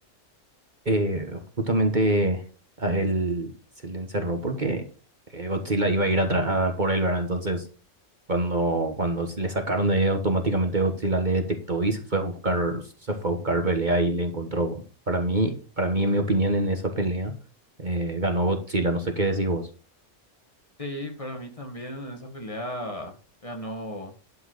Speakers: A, on the right; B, on the left.
A: eh, justamente a él se le encerró porque eh, Godzilla iba a ir a, tra- a por él, ¿verdad? Entonces, cuando, cuando se le sacaron de ahí, automáticamente Godzilla le detectó y se fue a buscar, se fue a buscar pelea y le encontró. Para mí, para mí, en mi opinión, en esa pelea, eh, ganó Godzilla, no sé qué decís vos.
B: Sí, para mí también en esa pelea ganó,